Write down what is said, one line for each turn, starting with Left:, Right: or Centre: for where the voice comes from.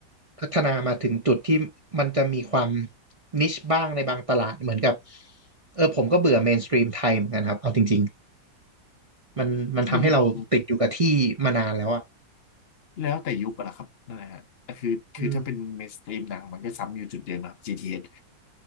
Right: พัฒนามาถึงจุดที่มันจะมีความนิชบ้างในบางตลาดเหมือนกับเออผมก็เบื่อเมนสตรีมไทยเหมือนกันครับเอาจริงๆมันมันทำให้เราติดอยู่กับที่มานานแล้วอ่ะ
Left: อืมอืมแล้วแต่ยุคอะนะครับนั่นแหละฮะแต่คือคือถ้าเป็นเมนสตรีมหนังมันก็ซ้ำอยู่จุดเดิมนะครับจีทีเอส
Right: อืม